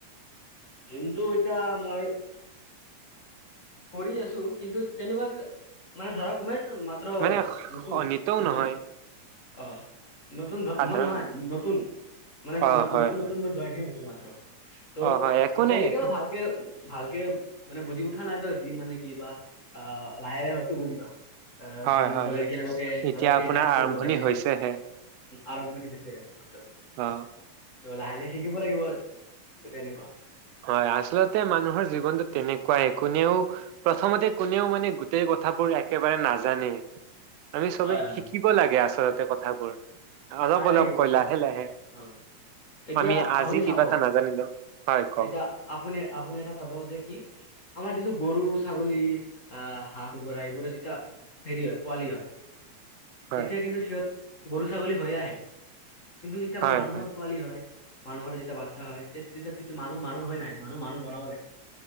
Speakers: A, on the left; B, on the right.
A: জিমটো এতিয়া মই কৰি আছোঁ। কিন্তু, তেনেকুৱা মানে, ধৰক ইমান মাত্ৰ,
B: মানে
A: নতুন,
B: নিতৌ
A: নতুন
B: নহয়
A: অ'! নতুন ধৰ
B: সাধাৰণ
A: মই নহয়! নতুন মানে,
B: অ হয়
A: নতুন
B: হয়
A: নতুন মই জইন হে হৈছো মানে। ত'
B: অ হয় একো
A: ইতিয়ালৈকে
B: নাই একো
A: বা
B: নাই
A: ভালকে, ভালকে মানে বুজি উ উঠা নাই তই? যি মানে, কিবা অ'! লাহে, লাহে হয়তো বুজি পাম। আঁ
B: হয়
A: জিমত
B: হয়
A: গ'লে
B: হয়
A: কেনেকুৱাকে
B: এতিয়া
A: ধৰক
B: আপোনাৰ
A: ডাইট কৰিব
B: আৰম্ভণি
A: লাগে। য
B: হৈছেহে
A: আৰম্ভণি হৈছে হে। ত'
B: অ
A: লাহে, লাহে শিকিব লাগিব। তেতিয়া কেনেকুৱা?
B: হয়। আচলতে, মানুহৰ জীৱনটো তেনেকুৱাই। কোনেও প্ৰথমতে, কোনেও মানে, গোটেই কথাবোৰ একেবাৰে নাজানে। আমি চবে
A: হয় হয়
B: শিকিব লাগে আচল তে কথাবোৰ। অলপ,
A: লাহে
B: অলপ
A: শিকিব
B: কৈ
A: চ
B: লাহে, লাহে।
A: অ এতিয়া
B: আমি, আজি
A: আপুনি চাব
B: কিবা এটা নাজানিলোঁ। হয়! কওক
A: এতিয়া আপুনি, আপুনি এটা চাব যে কি আমাৰ যিটো গৰু, ছাগলী আঁ হাঁহ, কুকুৰা এইবোৰ যেতিয়া হেৰি হয় পোৱালি হয়।
B: হয়
A: তেতিয়া কিন্তু, সিহঁত গৰু, ছাগলী হৈ আহে। কিন্তু, যেতিয়া
B: হয়
A: আমাৰ মানুহৰ
B: হয়
A: পোৱালি হয় মানুহৰ যেতিয়া বাচ্চা হয় তে তেতিয়া তেতিয়া মানুহ মানুহ হৈ নাহে, মানুহ মানুহ বনাব লাগে।